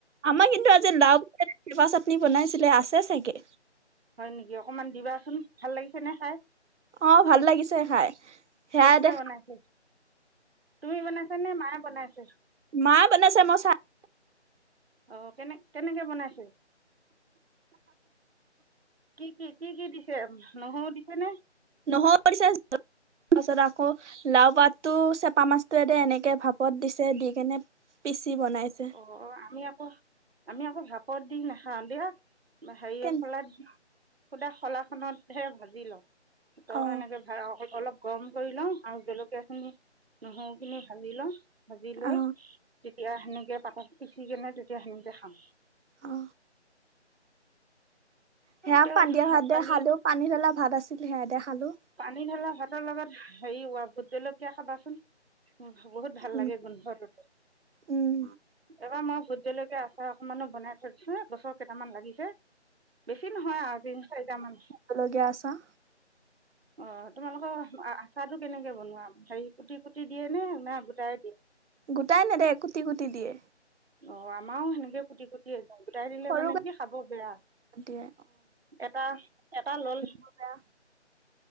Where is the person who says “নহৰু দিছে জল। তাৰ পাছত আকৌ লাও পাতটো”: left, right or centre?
Right